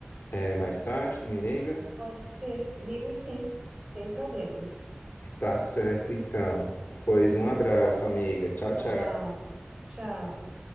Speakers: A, on the left (about 50°); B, on the right (about 15°).
A: eh, mais tarde, tu me liga?
B: pode ser. Ligo sim, sem problemas.
A: Tá certo, então. Pois um
B: <laughs>
A: abraço, amiga. Tchau, tchau.
B: Abraço, tchau.